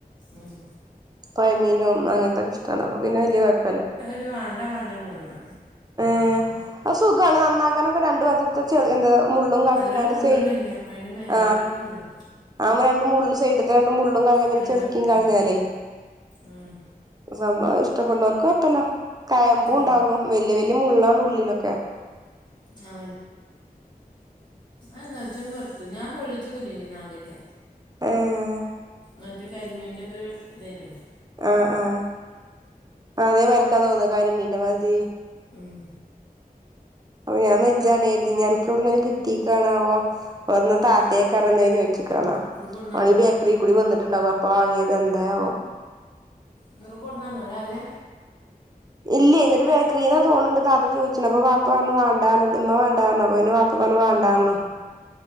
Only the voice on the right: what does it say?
പൊയമീനും അങ്ങനത്തൊക്കെഷ്ട്ടാണ് അപ്പ പിന്നെ വല്ല്യ കൊയപ്പല്ല.
<unintelligible> അസുഖാണ് നന്നാക്കാനൊക്കെ രണ്ടു വാതത്തെ ചെളി എന്താ മുള്ളും കളിഞ്ഞുങ്ങാണ്ട്
തേ
ആ
ആ രണ്ട് മുള്ളും സൈഡ്ത്തെ രണ്ട് മുള്ളും കളഞ്ഞാൽ പിന്നെ
ചെളക്കിയും കളഞ്ഞാലേ
സംഭാ ഇഷ്ടപ്പെടുന്നവർക്ക് കൊഴപ്പമില്ല കയമ്പുണ്ടാകും
വല്യ വല്യ മുള്ളാണ് ഉള്ളിലൊക്കെ
ഉം
ആഹ ആഹ അതേമാരിക്കാ തോന്ന കരിമീന്റെ മാതിരി
അപ്പൊ ഞാൻ ഇജ്ജാണെന്ന് കരുതി അനക്കെവിടുന്നേം കിട്ടീക്കാണാവോ വന്ന
താത്തയ്ക്കാരം എന്ന് ചോച്ചിക്കന്നാ
വന്നമെങ്കില്‍ ബേക്കറി കൂടി വന്നിട്ടുണ്ടാവും വാങ്ങിയത് എന്തായാവം
ഇല്ല എന്നിട്ട് ബേക്കറീന്നാ തോന്നുന്നുണ്ട് താത്ത ചോദിച്ചിന്ന് അപ്പൊ വാപ്പ പറഞ്ഞു വാണ്ട ഇമ്മ വാണ്ട പറഞ്ഞു അപ്പൊ പിന്നെ വാപ്പ അപ്പൊ പറഞ്ഞു വണ്ടാന്ന്